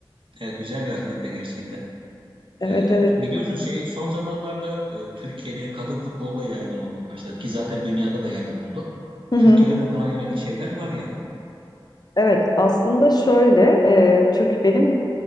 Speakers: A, on the right; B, on the left.
A: Evet, güzel bir aktivite gerçekten.
B: Evet
A: Ee,
B: evet.
A: biliyorsun şey son zamanlarda e, Türkiye'de kadın futbol da yaygın olmaya başladı ki zaten dünyada da yaygın oldu.
B: Hı
A: Türkiye'de
B: hı.
A: de buna yönelik şeyler var yani.
B: Evet aslında şöyle e, Türk benim